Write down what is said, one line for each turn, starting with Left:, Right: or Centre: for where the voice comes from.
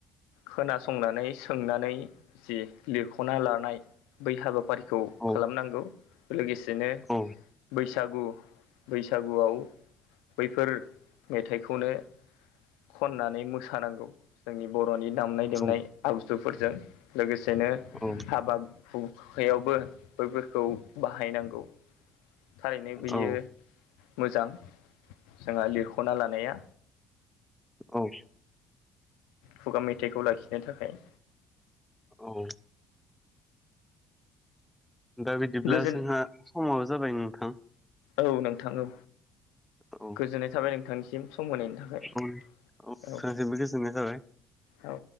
Left: खोनासंनानै सोंनानै जि लिरख'ना लानाय बै हाबा फारिखौ
Centre: औ
Left: खालामनांगौ लोगोसेनो
Centre: औ
Left: बै सागु बैसागुआव बैफोर मेथाइखौनो खननानै मोसानांगौ जोंनि बर'नि दामनाय देनाय
Centre: औ
Left: आगुजुफोरजों लोगोसेनो
Centre: औ
Left: हाबा हु खायावबो बैफोरखौ बाहायनांगौ थारैनो बियो
Centre: औ
Left: मोजां जोंहा लिरख'ना लानाया।
Centre: औ।
Left: खुगा मेथाइखौ लाखिनो थाखाय।
Centre: औ। दा बिदिब्ला
Left: गोजोन
Centre: जोंहा समाबो जाबाय नोंथां।
Left: औ नोंथां औ
Centre: औ
Left: गोजोननाय थाबाय नोंथांनिसिम। सम होनायनि थाखाय
Centre: औ नोंथांसिमबो
Left: औ।
Centre: गोजोननाय थाबाय
Left: औ।